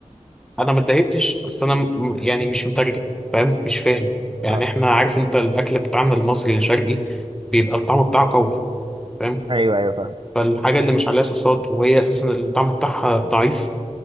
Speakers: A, in the centre; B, on the right (about 40°).
A: أنا ما اتضايقتش بس أنا م- يعني مش مترجم فاهم مش فاهم يعني
B: آه.
A: إحنا عارف أنت الأكل بتاعنا المصري الشرقي بيبقى الطعم بتاعه قوي فاهم
B: أيوه أيوه فاهم
A: فالحاجة اللي مش عليها صوصات وهي أساسا الطعم بتاعها ضعيف